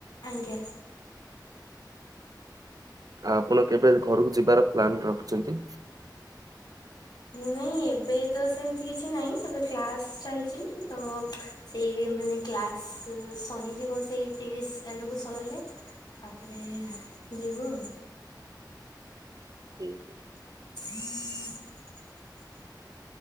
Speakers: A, on the left; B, on the right.
A: ଆଜ୍ଞା।
B: ଆପଣ କେବେ ଘରକୁ ଯିବାର ପ୍ଲାନ୍ ରଖିଛନ୍ତି?
A: ନାଇଁ ଏବେ ତ ସେମିତି କିଛି ନାହିଁ ଏବେ କ୍ଲାସ ଚାଲିଛି ତ ସେ ଇଏ ମାନେ କ୍ଲାସ୍ ସରିଯିବ ସେଇ ତିରିଶ ଆଡକୁ ସରିଲେ ତାପରେ ଯିବୁ
B: <unintelligible>
A: <unintelligible>